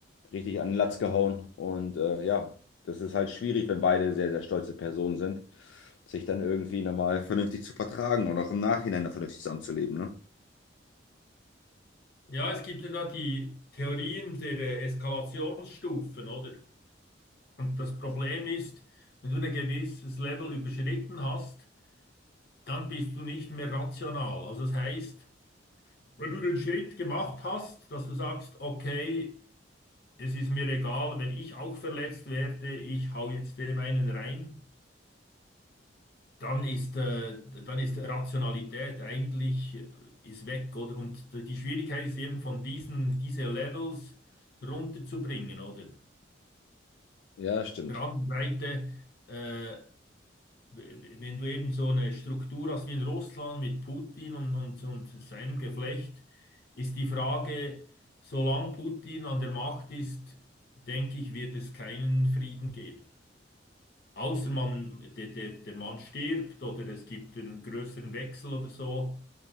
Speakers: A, on the left; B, on the left.
A: richtig an den Latz gehauen. Und äh, ja, das ist halt schwierig, wenn beide sehr, sehr stolze Personen sind, sich dann irgendwie nochmal vernünftig zu vertragen und auch im Nachhinein dann vernünftig zusammenzuleben, ne?
B: ja, es gibt ja da die Theorien der äh, Eskalationsstufen, oder? Und das Problem ist, wenn du ein gewisses Level überschritten hast, dann bist du nicht mehr rational. Also das heißt, wenn du den Schritt gemacht hast, dass du sagst, okay, es ist mir egal, wenn ich auch verletzt werde, ich hau jetzt dem einen rein, dann ist, äh, dann ist Rationalität eigentlich äh, ist weg, oder? Und die Schwierigkeit ist eben von diesen, diese Levels runterzubringen, oder?
A: Ja, stimmt.
B: Auf der anderen Seite, äh, w- wenn du eben so eine Struktur hast wie in Russland mit Putin und, und, und seinem Geflecht, ist die Frage, solange Putin an der Macht ist, denke ich, wird es keinen Frieden geben. Außer man, der, der, der Mann stirbt oder es gibt einen größeren Wechsel oder so.